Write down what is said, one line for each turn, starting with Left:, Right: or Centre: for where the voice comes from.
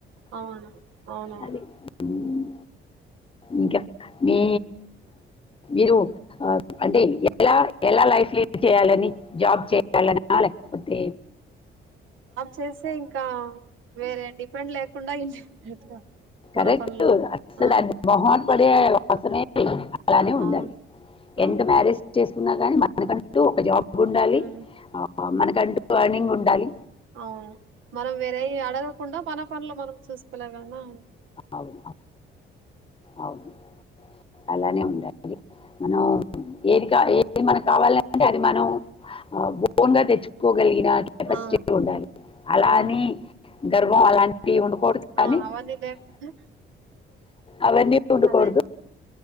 Right: అవును అవునవును
Left: అది ఉమ్, ఇంకా మీ మీరు అంటే ఎలా ఎలా లైఫ్ లే చేయాలని జాబ్ చేయాల లేకపోతే
Right: చేసే ఇంకా వేరే డిపెండ్ లేకుండా ఇండిపెండెంట్ గా మన
Left: కరెక్ట్
Right: పనులు
Left: అస
Right: ఆ
Left: అ మొహాట్ పడె అవసరం ఇ లెదు అలానే ఉండాలి
Right: అవును అవునండి
Left: ఎంత మ్యారేజ్ చేసుకున్నా కానీ మనకంటూ ఒక జాబ్ బ్ ఉండాలి
Right: ఉమ్
Left: ఆ మనకంటూ అర్నింగ్ ఉండాలి
Right: అవును మనం వేరే అడగకుండా మన పనులు మనం చూసుకోలాగానే
Left: అవును, అవును, అలానే ఉండాలి మనం ఏది కా ఏది మనకు కావాల అంటే అది మనం బఓన్ గా తెచ్చుకోగలిగిన ఫస్ట్
Right: ఆ
Left: ఉండాలి అలానే
Right: అవునండి
Left: గర్వం అలాంటి ఉండుకూడదు కానీ
Right: ఆ అవన్నీ లేకుండా
Left: అవన్నీ ఉండుకడు
Right: అదే